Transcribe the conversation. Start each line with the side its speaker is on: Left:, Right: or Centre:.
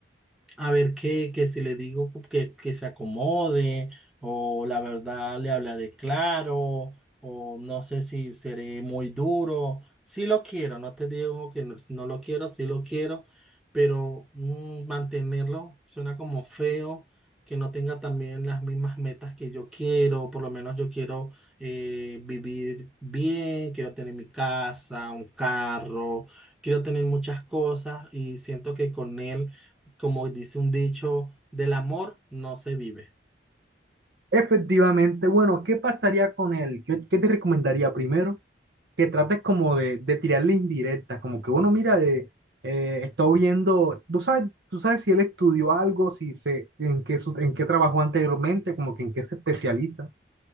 Centre: a ver qué, que si le digo que, que se acomode, o la verdad le hablaré claro, o no sé si seré muy duro. Sí lo quiero, no te digo que no, no lo quiero, sí lo quiero, pero mm, mantenerlo suena como feo, que no tenga también las mismas metas que yo quiero, por lo menos yo quiero eh, vivir bien, quiero tener mi casa, un carro, quiero tener muchas cosas y siento que con él como dice un dicho, del amor no se vive.
Right: Efectivamente, bueno, ¿qué pasaría con él? ¿Qué, qué te recomendaría primero? Que trates como de, de tirarle indirectas, como que, bueno, mira, de, eh, estoy viendo, tú sabes, tú sabes si él estudió algo, si se, en qué, su- en qué trabajó anteriormente, como que en qué se especializa.